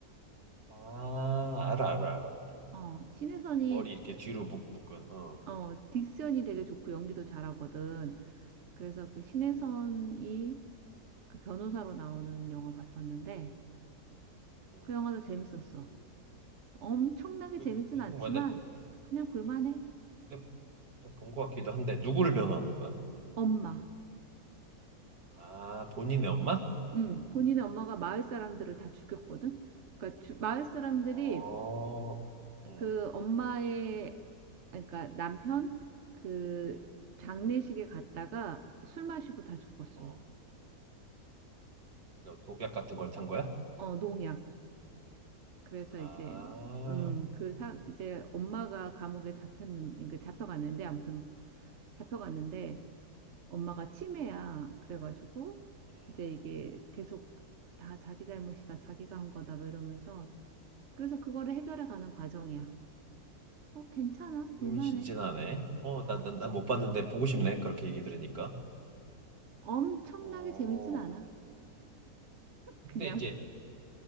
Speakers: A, on the right; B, on the right.
A: 아, 알아, 알아, 알아, 알아.
B: 어, 신혜선이,
A: 머리 이렇게 뒤로 묶, 묶은, 어.
B: 어, 딕션이 되게 좋고 연기도 잘하거든. 그래서 그
A: 음,
B: 신혜선이 그 변호사로 나오는 영화 봤었는데
A: 음.
B: 그 영화도 재밌었어. 엄청나게
A: 여기
B: 재밌진
A: 대충
B: 않지만
A: 뭐야, 내,
B: 그냥 볼만해.
A: 내, 가 본것 같기도 한데, 누구를 변호하는 거야?
B: 엄마.
A: 아, 본인의 엄마?
B: 응, 본인의 엄마가 마을 사람들을 다 죽였거든. 그러니까 주- 마을 사람들이
A: 어, 응,
B: 그 엄마의 그러니까 남편 그 장례식에
A: 응,
B: 갔다가 술 마시고 다 죽었어.
A: 어. 약간 독약 같은 걸 탄 거야?
B: 어, 농약. 그래서
A: 아,
B: 이제 음, 그 사 이제 엄마가 감옥에 잡혔는 그 잡혀갔는데 아무튼 잡혀갔는데
A: 응.
B: 엄마가 치매야. 그래가지고
A: 음,
B: 이제 이게 계속 다 자기 잘못이다, 자기가 한 거다, 뭐 이러면서. 그래서 그거를 해결해 가는 과정이야. 뭐 괜찮아, 볼만해.
A: 흥미진진하네. 어,
B: 어,
A: 나, 나, 나못 봤는데 보고 싶네. 그렇게 얘기 들으니까.
B: 엄청나게
A: 어,
B: 재밌진 않아. 그냥,
A: 근데 이제